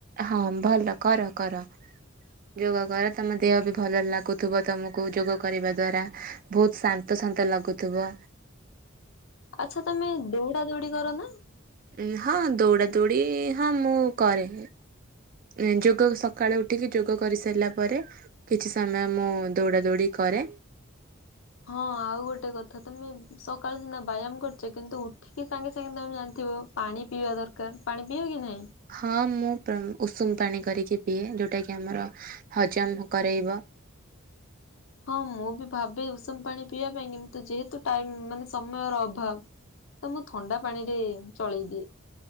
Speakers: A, on the right; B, on the left.
A: ହଁ ଭଲ କର କର। ଯୋଗ କର ତମ ଦେହ ବି ଭଲ ଲାଗୁଥିବ ତମକୁ ଯୋଗ କରିବା ଦ୍ଵାରା। ବହୁତ ଶାନ୍ତ ଶାନ୍ତ ଲାଗୁଥିବ।
B: ଆଚ୍ଛା ତମେ ଦୌଡା ଦୌଡି କର ନା।
A: ଉଁ ହଁ ଦୌଡା ଦୌଡି ହଁ ମୁଁ କରେ। ଏଁ ଯୋଗ ସକାଳେ ଉଠିକି ଯୋଗ କରିସାରିଲା ପରେ। କିଛି ସମୟ ମୁଁ ଦୌଡ଼ା ଦୌଡ଼ି କରେ।
B: ହଁ ଆଉ ଗୋଟେ କଥା ତମେ ସକାଳ ସିନା ବାୟାମ କରିୁଛ କିନ୍ତୁ ଉଠ କି ସାଙ୍ଗେ ସାଙ୍ଗେ ତମେ ଜାଣିଥିବ ପାଣି ପିଇବା ଦରକାର ପାଣି ପିଅ କି ନାହିଁ।
A: ହଁ ମୁଁ ପ୍ରମ୍ ଉଷୁମ ପାଣି କରିକି ପିଏ ଯୋଉଟା କିି ଆମର ହଜମ କରେଇବ।
B: ହଁ ମୁଁ ବି ଭାବେ ଉଷୁମ ପାଣି ପିଇବା ପାଇଁ କିନ୍ତୁ ଯେହେତୁ ଟାଇମ୍ ମାନେ ସମୟର ଅଭାବ। ତ ମୁଁ ଥଣ୍ଡା ପାଣି ରେ ଚଳେଇଦିଏ।